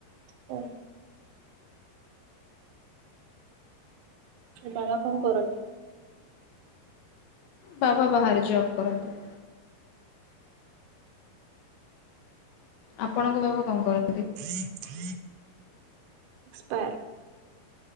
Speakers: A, on the right; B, on the left.
A: ଓ। ବାବା କଣ କରନ୍ତି?
B: ବାବା ବାହାରେ ଜବ୍ କରନ୍ତି। ଆପଣଙ୍କ ବାବା କଣ କରନ୍ତି?
A: ଏକ୍ସପାର।